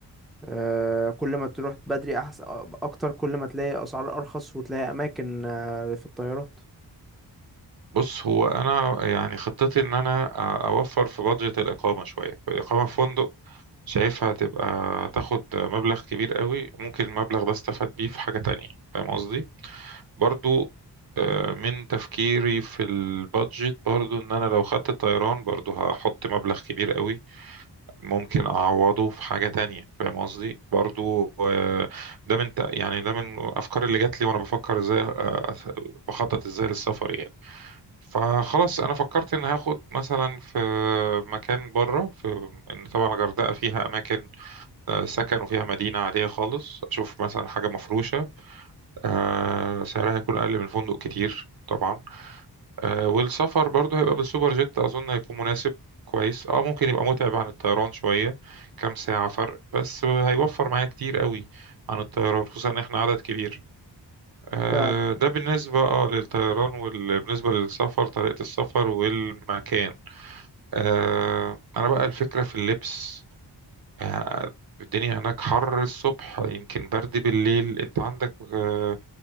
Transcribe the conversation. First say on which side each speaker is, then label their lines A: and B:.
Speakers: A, in the centre; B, on the right.
A: آه، كل ما تروح بدري احسن اكتر كل ما تلاقي اسعار ارخص وتلاقي اماكن آه، في الطيارات
B: بص هو أنا يعني خطتي إن أنا أ- أوفر في بادجت الإقامة شوية الإقامة في فندق شايفها هتبقى تاخد مبلغ كبير قوي ممكن المبلغ ده استفاد بيه في حاجة تانية فاهم قصدي؟ برضو آه، من تفكيري في البادجت برضو ان انا لو خدت الطيران برضو هحط مبلغ كبير قوي ممكن اعوضه في حاجه تانية فاهم قصدي برضو آه، ده من تق- يعني ده من الافكار اللي جات لي وانا بفكر ازاي آه، أس- بخطط ازاي للسفر يعني فخلاص انا فكرت ان هاخد مثلا في مكان بره في ان طبعا الغردقه فيها اماكن آه، سكن وفيها مدينه عاديه خالص اشوف مثلا حاجه مفروشه آه، سعرها يكون اقل من فندق كتير طبعا آه، والسفر برضه هيبقى بالسوبر جيت اظن هيكون مناسب كويس اه ممكن يبقى متعب عن الطيران شوية كام ساعة فرق بس هيوفر معايا كتير قوي عن الطيران خصوصا ان احنا عدد كبير آه،
A: <laughs>
B: ده بالنسبة اه للطيران وبالنسبة للسفر طريقة السفر والمكان آه، انا بقى الفكرة في اللبس آه، الدنيا هناك حر الصبح يمكن برد بالليل انت عندك آه،